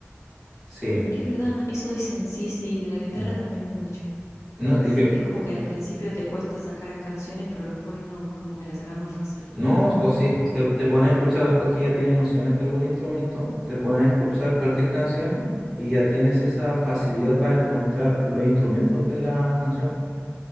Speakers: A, in the centre; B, on the left (about 75°).
A: Sí.
B: Ah, es verdad, eso dicen, sí, sí, de la guitarra
A: Mm.
B: también me han dicho.
A: No,
B: Sí,
A: yo,
B: sí, es como que al principio te cuesta sacar canciones, pero después no, es como que las sacas más fácil.
A: no, o si te, te pones a escuchar después que ya tienes nociones de algún instrumento, te pones a escuchar cualquier canción y ya tienes esa facilidad para encontrar los instrumentos de la canción.